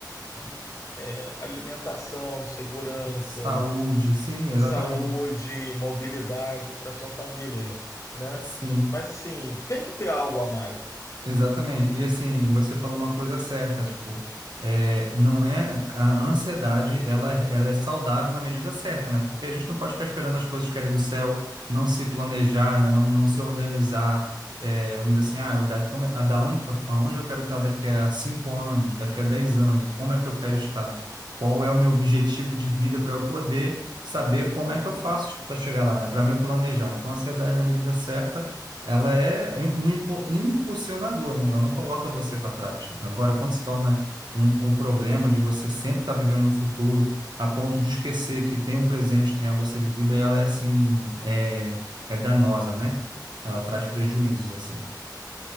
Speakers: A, on the left; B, on the right.
A: hum, é, alimentação, segurança,
B: Saúde, sim, exatamente.
A: saúde, mobilidade para sua família, né?
B: Sim.
A: Mas assim, tem que ter algo a mais.
B: Exatamente. E assim, você falou uma coisa certa, tipo, é, não é a ansiedade, ela, é, ela é saudável na medida certa, né? Porque a gente não pode ficar esperando as coisas caírem do céu, não se planejar, né? Não, não se organizar, é, vamos dizer assim, ah, eu da, como, é- a, da onde, aonde eu quero estar daqui a cinco anos, daqui a dez anos, como é que eu quero estar? Qual é o meu objetivo de vida para eu poder saber como é que eu faço para chegar lá, né? Para me planejar. Então, a ansiedade na medida certa ela é um impo- um impulsionador, né? Ela não coloca você para trás. Agora, quando se torna um, um problema de você sempre estar vivendo no futuro, a ponto de esquecer que tem um presente, tem algo a ser vivido, aí ela é assim, é, é danosa, né? Ela traz prejuízos, assim.